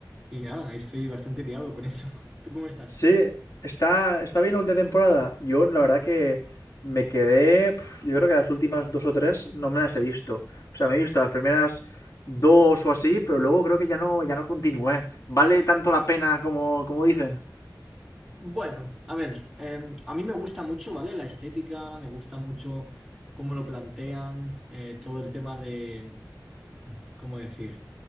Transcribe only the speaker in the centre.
y nada, estoy bastante liado con eso. <laughs> ¿Tú cómo estás?
Bueno, a ver, eh, a mí me gusta mucho, ¿vale? La estética, me gusta mucho cómo lo plantean, eh, todo el tema de ¿cómo decir?